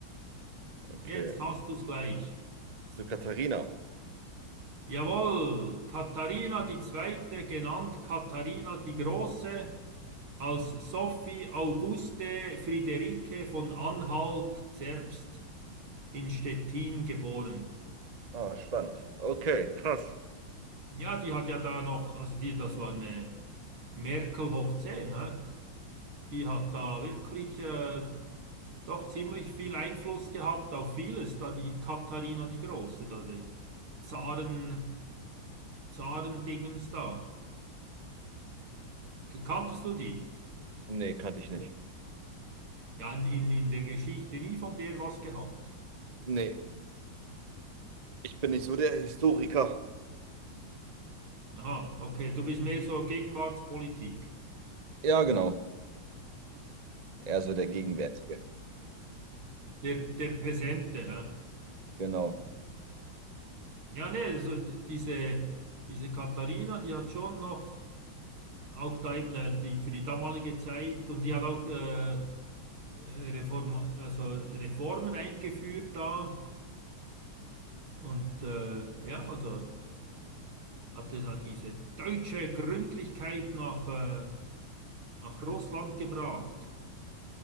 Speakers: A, on the right (about 40°); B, on the right (about 85°).
A: Okay.
B: jetzt hast du's gleich.
A: So Katharina?
B: Jawohl, Katharina die Zweite, genannt Katharina die Große, als Sophie Auguste Friederike von Anhalt-Zerbst in Stettin geboren.
A: Ah, spannend. Okay, krass.
B: Ja, die hat ja da noch, also die, das war eine Merkel hoch zehn hä? Die hat da wirklich äh, doch ziemlich viel Einfluss gehabt auf vieles, da die Katharina die Große, da die Zaren, Zarendingens da. K- Kanntest du die?
A: Nee, kannte ich nicht.
B: Ja, in, in, in der Geschichte nie von der was gehabt.
A: Nee. Ich bin nicht so der Historiker.
B: Aha, okay, du bist mehr so Gegenwartspolitik,
A: Ja, genau. Eher so der Gegenwärtige.
B: der, der Präsente, hä?
A: Genau.
B: Ja, nee, also diese, diese Katharina, die hat schon noch, auch da eben äh, die, für die damalige Zeit und die hat auch äh, äh, Reform, also Reformen eingeführt da und äh, ja, also hatte da diese deutsche Gründlichkeit nach, äh, nach Russland gebracht.